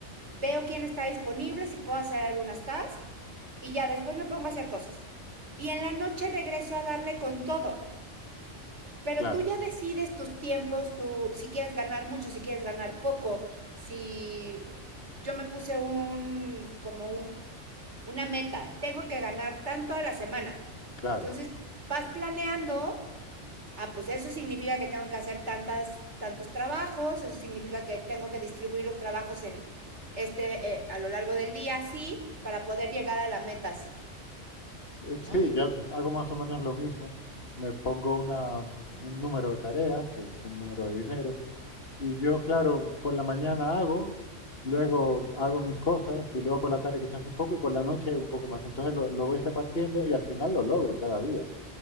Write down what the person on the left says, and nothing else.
Claro,
claro.
Sí, Eh,
Sí, yo hago más o menos lo mismo. Me pongo una, un número de tareas, que es un número de dinero, y yo, claro, por la mañana hago, luego hago mis cosas, y luego por la tarde quizás un poco, y por la noche un poco más. Entonces lo, lo voy repartiendo y al final lo logro cada día.